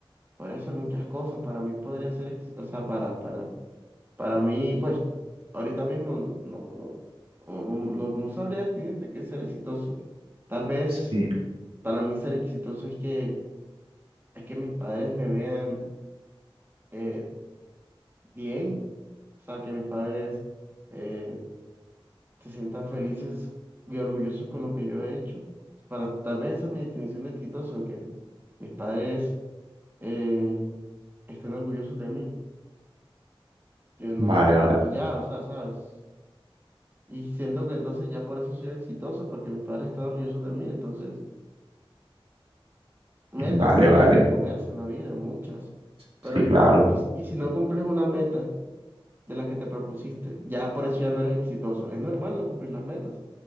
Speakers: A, on the right; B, on the right.
A: podría ser muchas cosas. Para mí podría ser, ex- o sea, para, para, para mí, pues, ahorita mismo no, no, no, no, no no sabría definirte qué es ser exitoso. Tal vez
B: Sí,
A: para mí ser exitoso es que, es que mis padres me vean eh, bien, o sea, que mis padres... eh, se sientan felices y orgullosos con lo que yo he hecho. Para, tal vez esa es mi definición de exitoso, que mis padres eh, estén orgullosos de mí. Yo no,
B: vale, vale,
A: y ya, o sea, ¿sabes? Y siento que entonces ya por eso soy exitoso, porque mis padres están orgullosos de mí. Entonces, metas
B: vale,
A: sí
B: vale.
A: que hay que ponerse en la vida, muchas.
B: Sí,
A: Pero,
B: claro.
A: y, y y si no cumples una meta de la que te propusiste, ya por eso ya no eres exitoso. Es normal no cumplir las metas.